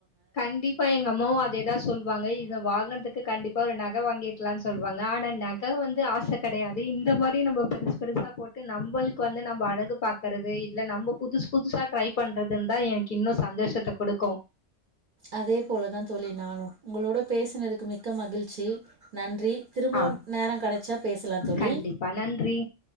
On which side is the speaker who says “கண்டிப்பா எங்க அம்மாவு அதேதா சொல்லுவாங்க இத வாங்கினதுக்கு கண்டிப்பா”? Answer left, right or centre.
Left